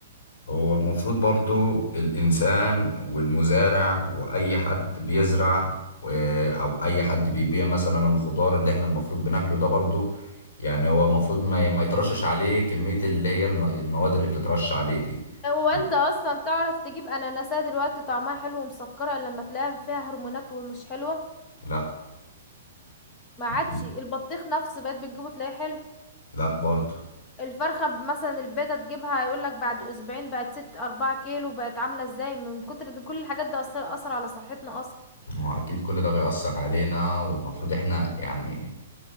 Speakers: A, on the left; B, on the left.
A: هو المفروض برضو الإنسان والمزارع وأي حد بيزرع و- أو أي حد بيبيع مثلا الخضار اللي احنا المفروض بناكله ده برضو يعني هو المفروض ما ما يترشش عليه كمية اللي هي الم- المواد اللي بتترش عليه دي
B: هو انت
A: يعني
B: اصلا تعرف تجيب اناناسات دلوقتي طعمها حلو ومسكرة إلا لما تلاقيها فيها هرمونات ومش حلوة
A: لا
B: ما عادش
A: ما في
B: البطيخ نفسه بقت بتجيبه تلاقيه حلو
A: لا برضو
B: الفرخة ب- مثلا البيضة تجيبها يقولك بعد أسبوعين بقت ست أربعة كيلو بقت عاملة ازاي من كتر دي كل الحاجات دي أثر أثر على صحتنا أصلا
A: هو أكيد كل ده بيأثر علينا والمفروض احنا يعني يعني